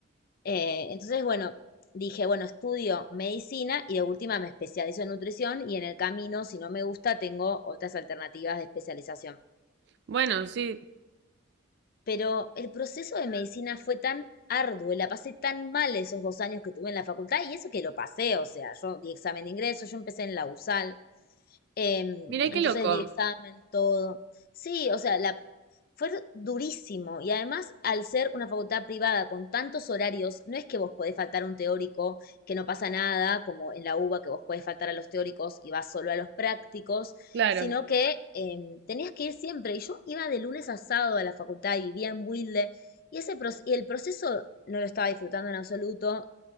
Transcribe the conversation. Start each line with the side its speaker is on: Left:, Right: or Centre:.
Left: Eh, entonces, bueno, dije, bueno, estudio medicina y de última me especializo en nutrición y en el camino, si no me gusta, tengo otras alternativas de especialización.
Right: Bueno, sí.
Left: Pero el proceso de medicina fue tan arduo, la pasé tan mal esos dos años que tuve en la facultad y eso que lo pasé, o sea, yo di examen de ingreso, yo empecé en la USAL, Em,
Right: Mirá qué
Left: entonces
Right: loco.
Left: di examen, todo. Sí, o sea, la, fue durísimo. Y además, al ser una facultad privada con tantos horarios, no es que vos podés faltar un teórico, que no pasa nada, como en la UBA, que vos podés faltar a los teóricos y vas solo a los prácticos,
Right: Claro.
Left: sino que em, tenías que ir siempre. Y yo iba de lunes a sábado a la facultad y vivía en Wilde. Y, ese, pro- y el proceso no lo estaba disfrutando en absoluto.